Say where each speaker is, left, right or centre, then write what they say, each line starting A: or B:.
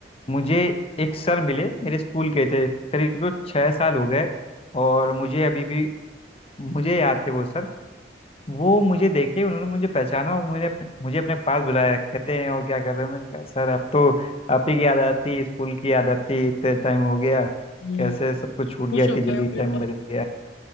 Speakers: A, on the left; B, on the left.
A: मुझे एक सर मिले मेरे स्कूल के थे करीब सोचो छः साल हो गए और मुझे अभी भी मुझे याद थे वो सर वो मुझे देखे उन्होंने मुझे पहचाना और मुझे अपने, मुझे अपने पास बुलाया कहते हैं और क्या कर रहे हो मैंने कहा सर अब तो आप ही की याद आती स्कूल की याद आती इतने टाइम हो गया
B: हम्म
A: कैसे सब कुछ छूट
B: खुश
A: गया इतनी
B: हो
A: जल्दी
B: गए होंगे
A: टाइम
B: बहुत
A: बदल गया